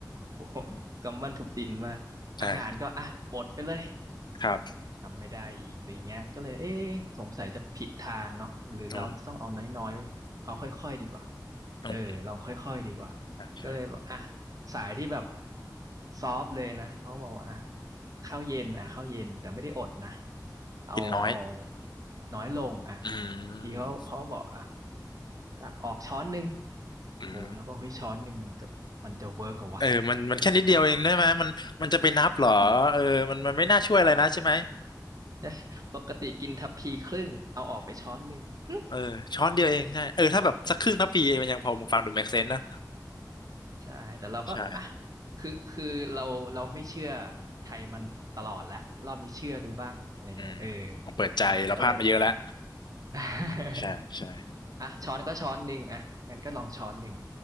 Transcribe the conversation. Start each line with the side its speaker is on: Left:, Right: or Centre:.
Right: โอ้โหกำบันทุบดินมากอาหารก็อ่ะอดไปเลย
Left: ใช่ครับ
Right: ทำไม่ได้อีกอะไรเงี้ยก็เลยเอ๊ะสงสัยจะผิดทางเนาะหรือเราจะต้องเอาน้อยๆเอาค่อยๆดีกว่า
Left: อืมอืม
Right: เออลองค่อยๆดีกว่า
Left: ใช่ใช่
Right: ก็เลยบอกอ่ะสายที่แบบซอฟต์เลยนะเขาบอกว่าอ่ะข้าวเย็นอ่ะข้าวเย็นแต่ไม่ได้อดนะเอาเอา
Left: กินน้อย
Right: น้อยลงอ่ะ
Left: อื
Right: พี่เขาเขาบอกอ่ะ
Left: ม
Right: ตักออกช้อนหนึ่ง
Left: อืม
Right: โอ้แล้วก็เฮ้ยช้อนหนึ่งมันจะมันจะเวิร์กเหรอวะ
Left: เออมันมันแค่นิดเดียวเองได้ไหมมันมันจะไปนับเหรอเออมันมันไม่น่าช่วยอะไรนะใช่ไหม
Right: <laughs> <laughs> ปกติกินทัพพีครึ่งเอาออกไปช้อนหนึ่ง <laughs> หึ
Left: เออช้อนเดียวเองใช่เออถ้าแบบสักครึ่งทัพพีมันยังพอฟังดู make sense นะ
Right: ใช่แต่เราก็อ่ะ
Left: ใช่
Right: คือคือเราเราไม่เชื่อใครมันตลอดแล้วรอบนี้เชื่อดูบ้างอะไรเงี้ยเออ
Left: อืมผมเปิดใจเราพลาดมาเยอะแล้ว
Right: เนาะก็เลย <laughs>
Left: ใช่ใช่
Right: อ่ะช้อนก็ช้อนหนึ่งอ่ะงั้นก็ลองช้อนหนึ่ง